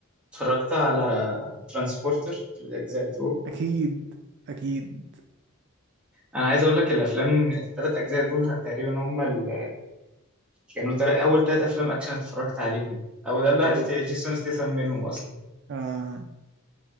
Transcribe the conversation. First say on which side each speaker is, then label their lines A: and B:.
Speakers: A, in the centre; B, on the right (about 55°).
A: اتفرجت على ترانسبورتر الاجزاء بتوعه
B: اكيد اكيد
A: انا عايز اقول لك الافلام الثلاث اجزاء دول تقريبا هم ال... كانوا تل... اول ثلاث افلام اكشن اتفرجت عليهم او ده اللي عرفت
B: اوف
A: جيسون ستيثم منهم اصلا
B: آه.